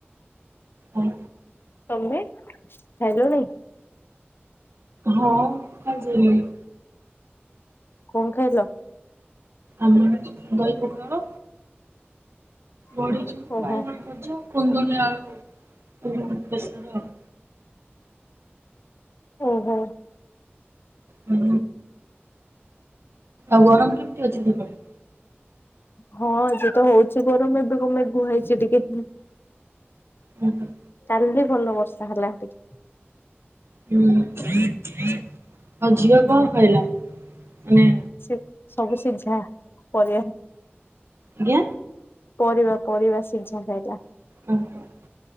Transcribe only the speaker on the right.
ହଁ।
ହଁ ଖାଇସାରିଲିନି।
ଆମର ଦହି ପଖାଳ, ବଡିଚୁରା,
ବାଇଗଣ ଭଜା କୁନ୍ଦୁରି ଆଳୁ ଉନ୍ ବେସର ଆଉ।
ହୁଁ ଆଉ ଗରମ କେମିତି ଅଛି ସେପଟେ?
ହୁଁ ହୁଁ।
ହୁଁ। ଆଉ ଝିଅ
କଣ ଖାଇଲା? ମାନେ
ଆଜ୍ଞା
ଓହୋ।